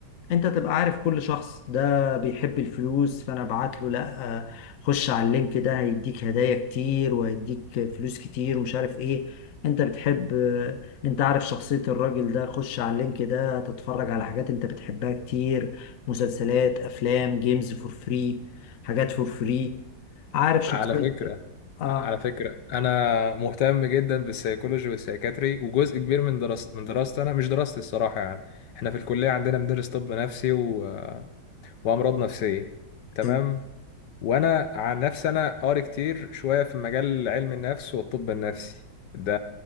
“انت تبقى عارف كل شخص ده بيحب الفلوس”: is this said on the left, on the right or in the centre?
Left